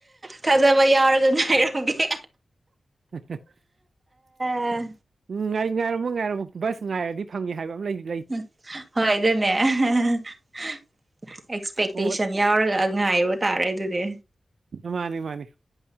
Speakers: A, on the right; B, on the right.
A: ꯊꯥꯖꯕ ꯌꯥꯎꯔꯒ ꯉꯥꯏꯔꯝꯒꯦ
B: <unintelligible>
A: ꯍ
B: ꯎꯝ ꯉꯥꯏ ꯉꯥꯏꯔꯝꯃꯣ ꯉꯥꯏꯔꯝꯃꯣ ꯕꯁ ꯉꯥꯏꯔꯗꯤ ꯐꯪꯉꯤ ꯍꯥꯏꯕ ꯑꯃ ꯂꯩꯕꯤ
A: ꯎ ꯍꯣꯏ ꯑꯗꯨꯅꯦ ꯑꯦꯛꯁꯄꯦꯛꯇꯦꯁꯟ
B: ꯑꯣ
A: ꯌꯥꯎꯔꯒ ꯉꯥꯏꯕ ꯇꯥꯔꯦ ꯑꯗꯨꯗꯤ
B: ꯃꯥꯅꯤ ꯃꯥꯅꯤ